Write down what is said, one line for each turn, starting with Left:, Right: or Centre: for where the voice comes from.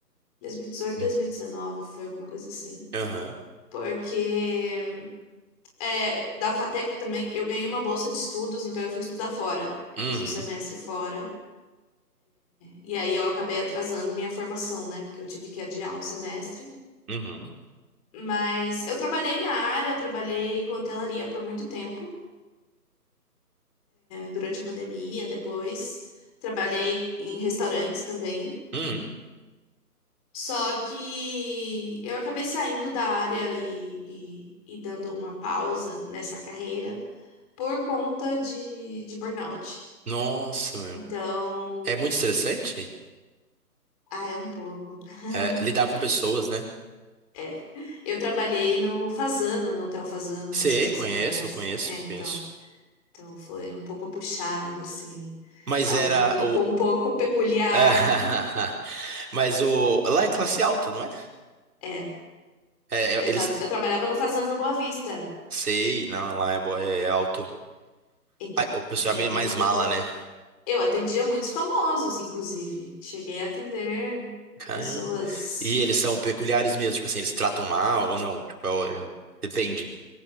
Left: 2018,
Right: Hum.
Left: 2019, foi alguma coisa assim.
Right: Aham.
Left: Porque é, da FATEC também eu ganhei uma bolsa de estudos, então eu fui estudar fora. Eu
Right: Uhum.
Left: fiz um semestre fora. E aí eu acabei atrasando minha formação, né? Porque eu tive que adiar um semestre.
Right: Uhum.
Left: Mas eu trabalhei na área, eu trabalhei com hotelaria por muito tempo. durante a pandemia, depois. Trabalhei em restaurantes também.
Right: Uhum.
Left: Só que eu acabei saindo da área e, e, e dando uma pausa nessa carreira por conta de, de burnout.
Right: Nossa, meu.
Left: Então,
Right: É muito interessante,
Left: ah, é um pouco. <laughs>
Right: é, lidar com pessoas, né?
Left: É. Eu trabalhei no Fazano, no Hotel Fazano,
Right: Sei,
Left: não sei se
Right: conheço,
Left: você conhece.
Right: conheço,
Left: É, então.
Right: conheço.
Left: Então foi um pouco puxado, assim.
Right: Mas
Left: É
Right: era
Left: um público
Right: o.
Left: um pouco peculiar.
Right: <laughs> Mas o. Lá é classe alta, não é?
Left: É,
Right: É,
Left: Eu,
Right: é, eles.
Left: faz... eu trabalhava no Fazenda Boa Vista.
Right: Sei, não, lá é, bo- é alto.
Left: Então,
Right: Ai, o pessoal
Left: então
Right: é meio mais
Left: eu atendia.
Right: mala, né?
Left: Eu atendia muitos famosos, inclusive. Cheguei a atender
Right: Caramba.
Left: pessoas.
Right: E eles são peculiares mesmo, tipo assim, eles tratam mal ou não? Tipo, é- o- é- depende.